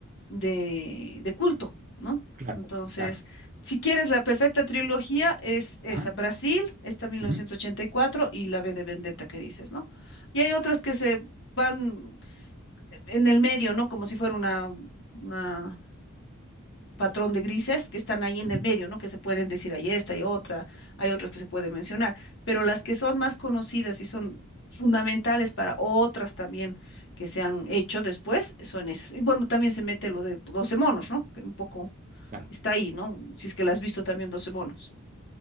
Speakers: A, on the left (about 60°); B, on the right (about 40°).
A: de, de culto, ¿no?
B: claro,
A: Entonces,
B: claro.
A: si quieres la perfecta trilogía, es esa,
B: Ajá,
A: Brasil, esta 1984
B: uh-huh,
A: y cuatro y la B de Vendetta que dices, ¿no? Y hay otras que se van en el medio, ¿no? Como si fuera una, una patrón de grises que están ahí en
B: uh-huh,
A: el medio, ¿no? Que se pueden decir, hay esta, hay otra, hay otras que se pueden mencionar, pero las que son más conocidas y son fundamentales para otras también que se han hecho después, son esas. Y bueno, también se mete lo de 12 monos, ¿no? Que un poco
B: claro.
A: está ahí, ¿no? Si es que la has visto también doce monos.